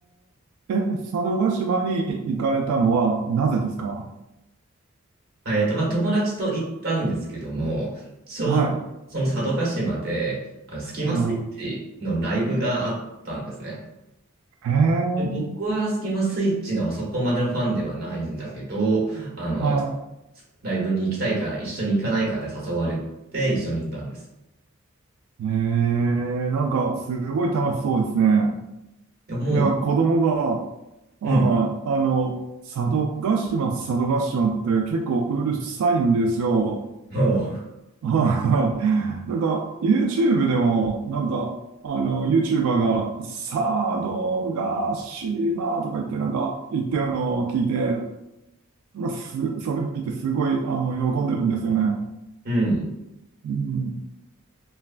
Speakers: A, on the right; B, on the right.
A: え。え、佐渡島に行かれたのはなぜですか
B: あえっと、まあ、友達と行ったんですけども、ちょう、
A: はい。
B: その佐渡島で、あの、スキマスイッチのライブがあったんですね。
A: うん。へえ。
B: で僕はスキマスイッチのそこまでのファンではないんだけど、あの、
A: はい。
B: ライブに行きたいから一緒に行かないかって誘われて一緒に行ったんです。
A: ええ、なんか、すごい楽しそうですね。
B: いや、もう、
A: いや、子供が、あ、
B: うん、
A: あの、佐渡島、佐渡島って結構うるさいんですよ。
B: <laughs> も
A: <laughs> はいなんか、YouTube でも、なんか、あの、YouTuber が、佐渡島とか言って、なんか、言ってるのを聞いて、なんかす、それ見てすごい、あの、喜んでるんですよね。
B: う、うん、
A: うん。